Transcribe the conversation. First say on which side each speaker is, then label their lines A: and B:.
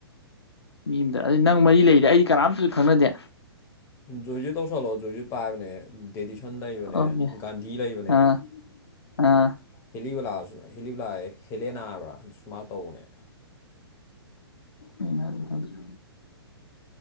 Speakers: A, on the left; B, on the left.
A: ꯃꯤ ꯑꯗ ꯑꯗꯨ ꯅꯪ ꯃꯔꯤ ꯂꯩꯔꯦ ꯑꯩꯗꯤ ꯀꯅꯥꯝꯇꯁꯨ ꯈꯪꯅꯗꯦ
B: ꯖꯣꯏꯁꯨ ꯇꯧꯁꯜꯂꯣ ꯖꯣꯏꯁꯨ ꯄꯥꯏꯕꯅꯦ ꯗꯦꯗꯤꯁꯟ ꯂꯩꯕꯅꯦ
A: ꯑꯣꯀꯦ
B: ꯒꯥꯟꯙꯤ ꯂꯩꯕꯅꯦ
A: ꯑꯥ ꯑꯥ
B: ꯍꯤꯂꯤꯕꯂꯥꯁꯨ ꯍꯤꯂꯤ ꯂꯥꯑ ꯍꯦꯂꯦ ꯅꯥꯕ꯭ꯔ ꯁꯨꯃꯥꯏꯅ ꯇꯧꯕꯅꯦ
A: ꯎꯝꯅꯔ ꯍꯗ꯭ꯔꯦ